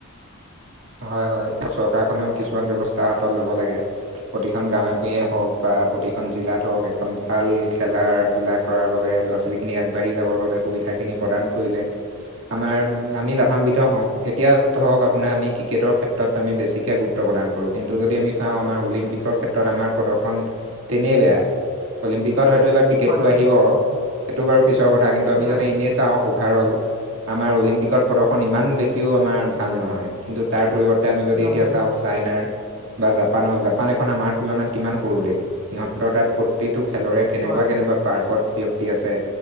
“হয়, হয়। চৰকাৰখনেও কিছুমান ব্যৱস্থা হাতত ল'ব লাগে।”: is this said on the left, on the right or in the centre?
Right